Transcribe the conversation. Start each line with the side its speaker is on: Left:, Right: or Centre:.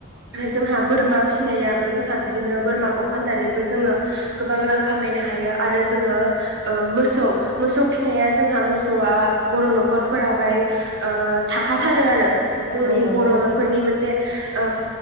Right: जोंहा बोरमा फिसिनायाबो जोंहा बिदिनो बोरमाखौ फाननानैबो जोङो गोबां रां खामायनो हायो आरो जोङो ओ मोसौ मोसौ फिनाया जोंहा मोसौआ बर' न'खरफोरावहाय ओ थाखाथारो आरो जोंनि
Left: औ औ नंगौ
Right: बर'फोरनि
Left: नोंथां
Right: मोनसे ओ